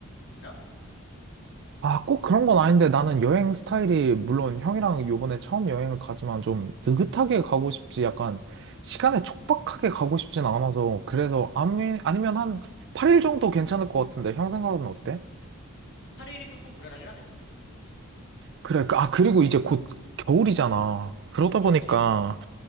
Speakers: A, on the left; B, on the right.
A: 있나?
B: 아, 꼭 그런 건 아닌데 나는 여행 스타일이 물론 형이랑 요번에 처음 여행을 가지만 좀 느긋하게 가고 싶지 약간 시간에 촉박하게 가고 싶진 않아서 그래서 아니, 아니면 한 8일 정도 괜찮을 것 같은데 형 생각은 어때?
A: 8일이 조금 무난하긴 하네 그러면은.
B: 그래, 그- 아, 그리고 이제 곧 겨울이잖아. 그러다
A: 어,
B: 보니까
A: 그치.